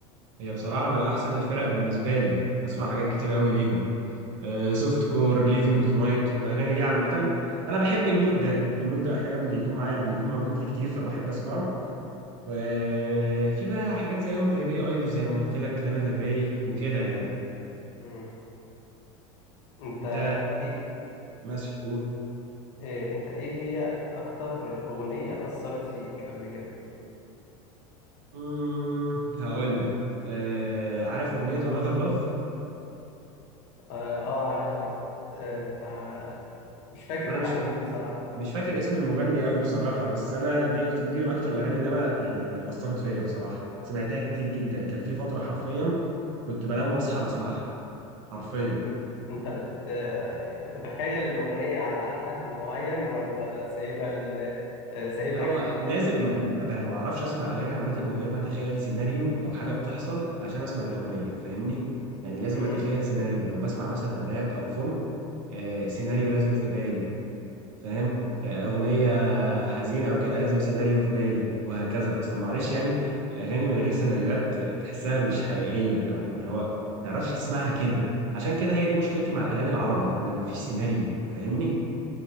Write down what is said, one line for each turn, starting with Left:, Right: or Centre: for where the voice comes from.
Right: هي بصراحه من احسن الفرق بالنسبه لي بسمع حاجات كتير قوي ليهم آه، سوفت كور ليفنج تونايت والاغاني دي عامه انا بحب المود ده المود ده احيانا بيكون معايا بيكون موجود لي كتير فبحب اسمعه وفي بقى حاجات زيهم زي بيلي ايليش زي ما قلت لك لانا ديل ري وكده يعني
Left: مم. أنت
Right: انت
Left: إيه
Right: ماشي قول
Left: إيه انت ايه هي اكتر اغنية اثرت فيك قبل كده
Right: امم هقول لك آه، عارف اغنيه Another Love
Left: اه آه، عارفها آه بتاع مش فاكر
Right: وانا
Left: بتاع
Right: مش فا...
Left: مين بصراحة
Right: مش فاكر اسم المغني قوي بصراحة بس أنا دي أكتر دي من أكتر الأغاني اللي أنا يعني أثرت فيا بصراحة سمعتها كتير جدا كان في فترة حرفيا كنت بنام وأصحى بسمعها حرفيا
Left: انت أنت بت بتتخيل الاغنية على حد معين ولا سايبها ال... آه، سايبها
Right: لا هو
Left: كده
Right: لازم ما ما بع- ما بعرفش أسمع أغاني عامة من غير ما أتخيل سيناريو أو حاجة بتحصل علشان أسمع الأغنية فاهمني يعني لازم
Left: امم
Right: أتخيل سيناريو لو بسمع مثلا راب أو فونك آه سيناريو لازم في بالي فاهم آه، أغنية حزينة أو كده لازم سيناريو في بالي وهكذا أصل معلش يعني الأغاني من غير سيناريوهات تحسها مش حقيقية أو اللي هو متعرفش تسمعها كده عشان كده هي دي مشكلتي مع الأغاني العربي ما مفيش سيناريو فاهمني؟